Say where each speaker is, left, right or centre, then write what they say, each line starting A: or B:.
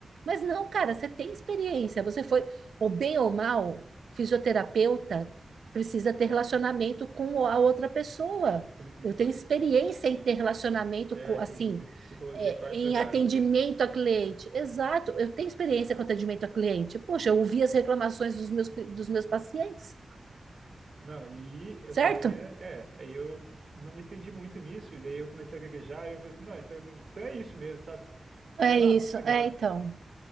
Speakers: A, on the right (about 80°); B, on the right (about 50°).
A: Mas não, cara, você tem experiência. Você foi, ou bem ou mal, fisioterapeuta, precisa ter relacionamento com a outra pessoa.
B: precisa.
A: Eu tenho experiência em ter relacionamento
B: É,
A: com,
B: inclusive,
A: assim,
B: psicologia
A: é,
B: é parte
A: em
B: da grade.
A: atendimento a cliente. Exato, eu tenho experiência com atendimento a cliente. Poxa, eu ouvi as reclamações dos meus, cli- dos meus pacientes,
B: Não, e eu
A: certo?
B: falei, né? É, aí eu não me estendi muito nisso, e daí eu comecei a gaguejar, e eu falei assim, não, então, então é isso mesmo, sabe? Aí
A: É
B: ela,
A: isso,
B: ah, muito obrigado.
A: é então.